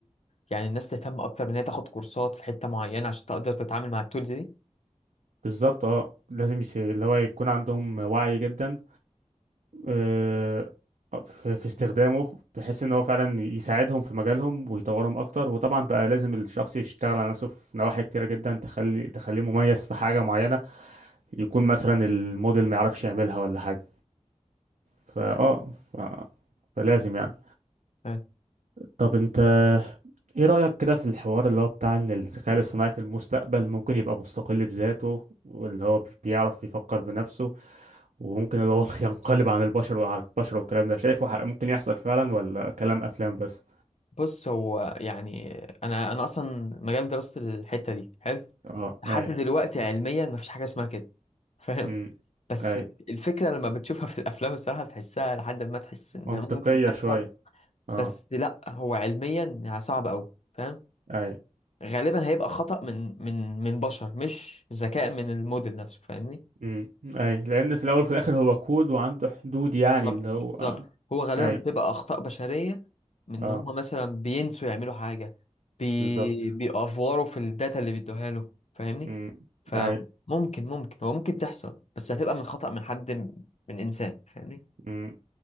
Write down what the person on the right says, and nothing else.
بالظبط اه لازم يس... اللي هو يكون عندهم وعي جدا آه، في في استخدامه بحيث ان هو فعلا يساعدهم في مجالهم ويطورهم اكتر وطبعا بقى لازم الشخص يشتغل على نفسه في نواحي كتيرة جدا تخلي تخليه مميز في حاجة معينة يكون مثلا الموديل ما يعرفش يعملها ولا حاجة فاه ف... فلازم يعني
طب انت ايه رأيك كده في الحوار اللي هو بتاع ان الذكاء الاصطناعي في المستقبل ممكن يبقى مستقل بذاته واللي هو بي- بيعرف يفكر بنفسه وممكن اللي هو <laughs> ينقلب عن البشر وعلى البشر والكلام ده شايفه ح- ممكن يحصل فعلا ولا كلام افلام بس
اه
اي
امم
اي
منطقية
شوية اه
اي
امم اي لان في الاول وفي الاخر هو كود وعنده حدود يعني
اللي هو
آه.
اي
اه
بالظبط
امم
اي
امم